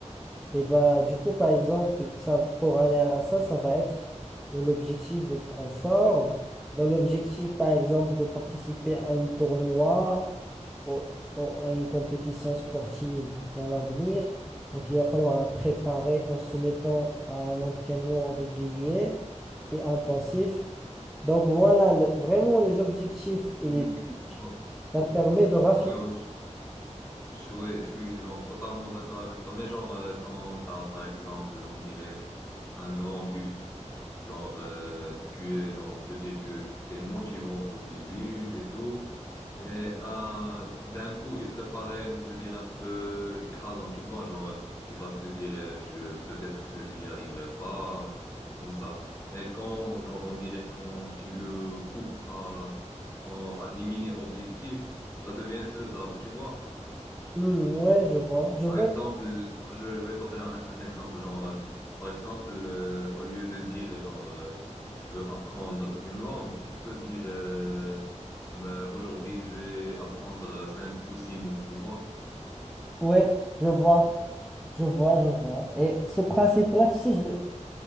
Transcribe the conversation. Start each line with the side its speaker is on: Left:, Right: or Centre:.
Centre: Et bah, du coup, par exemple, ça, pour aller à ça, ça va être dans l'objectif d'être en forme, dans l'objectif, par exemple, de participer à un tournoi ou, ou à une compétition sportive dans l'avenir. Donc, il va falloir la préparer en se mettant à un entraînement régulier et intensif. Donc, voilà le- vraiment les objectifs et
Left: Hmm.
Centre: les,
Left: Ouais,
Centre: ça permet de raffiner.
Left: ouais, ouais, Je suis, je suis genre totalement d'accord avec toi, mais genre euh, quand t'as par exemple, on dirait un grand but, genre euh, tu es, genre on peut dire que t'es motivant au début et tout, mais euh, d'un coup il te paraît, on peut dire un peu écrasant, tu vois, genre euh, tu vas te dire euh, je peut-être euh, j'y arriverai pas ou comme ça, mais quand genre on dirait quand tu le coupes à en- à diminuer objectif, ça devient faisable, tu vois.
Centre: Hmm, ouais, je vois, je
Left: Par
Centre: vois.
Left: exemple, je vais te donner un, un exemple, genre, euh, par exemple, euh, au lieu de dire, genre, euh, je veux apprendre une langue, tu peux dire, euh, Mais aujourd'hui, je vais apprendre cinq ou six mots, tu vois?
Centre: Ouais, je vois. Je vois, je vois. Et ce principe-là, tu sais, je le-